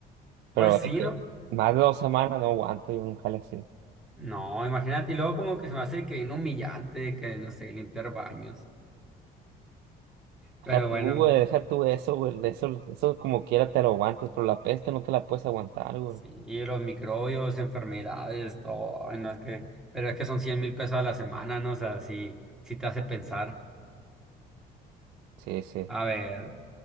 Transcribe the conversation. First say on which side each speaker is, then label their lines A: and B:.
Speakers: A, on the right; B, in the centre.
A: Pero
B: Pues sí,
A: de que
B: ¿no?
A: más de dos semanas no aguanto yo un jale así.
B: No, imagínate, y luego como que se me hace que viene humillante, de que no sé, limpiar baños.
A: Deja
B: Pero
A: tú,
B: bueno,
A: güey, deja tú eso, güey, eso, eso como quiera te lo aguantas, pero la peste no te la puedes aguantar, güey.
B: sí, los microbios, enfermedades, todo, ay, no es que, pero es que son cien mil pesos a la semana, ¿no? O sea, sí, sí te hace pensar.
A: Sí, sí.
B: A ver,